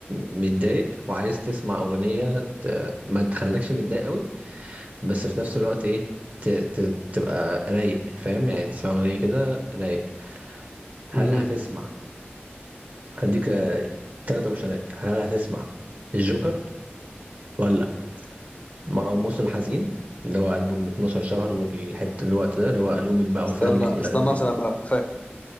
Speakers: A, on the right; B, on the left.
A: متضايق وعايز تسمع اغنيه ت... ما تخلكش متضايق قوي بس في نفس الوقت ايه ت... ت... تبقى رايق فاهم يعني تسمع اغنيه كده رايق هل
B: مهم.
A: هتسمع هديك ثلاث اوبشنات هل هتسمع الجوكر ولا مروان موسى الحزين اللي هو ألبوم 12 شهر والحته الوقت ده اللي هو ألومك بقى
B: استنى
A: وفهمك والاغاني
B: استنى
A: دي؟
B: عشان ابقى فاهم